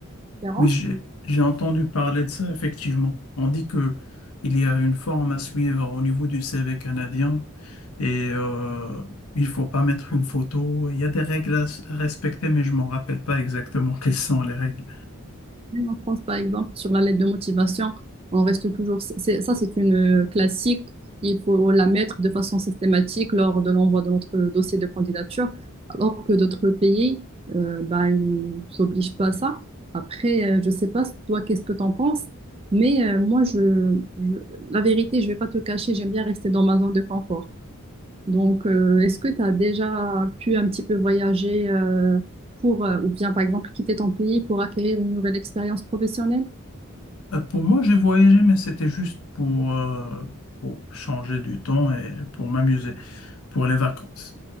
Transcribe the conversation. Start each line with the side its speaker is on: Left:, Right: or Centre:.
Right: une différence.
Left: Oui, j'ai j'ai entendu parler de ça, effectivement. On dit que il y a une forme à suivre au niveau du C CV canadien et euh, il faut pas mettre une photo. Il y a des règles à s- à respecter, mais je m'en rappelle pas exactement <laughs> quelles sont les règles.
Right: En France, par exemple, sur la lettre de motivation, on reste toujours. c'est- ça, c'est une euh, classique. Il faut la mettre de façon systématique lors de l'envoi de notre dossier de candidature, alors que d'autres pays, euh, bah, ils s'obligent pas à ça. Après, euh, je sais pas, toi, qu'est-ce que tu en penses, mais euh, moi, je, je- la vérité, je vais pas te cacher, j'aime bien rester dans ma zone de confort. Donc, euh, est-ce que tu as déjà pu un petit peu voyager euh, pour, euh, ou bien par exemple quitter ton pays pour acquérir une nouvelle expérience professionnelle?
Left: Euh, pour moi, j'ai voyagé, mais c'était juste pour, euh, pour changer du temps et pour m'amuser. pour les vacances.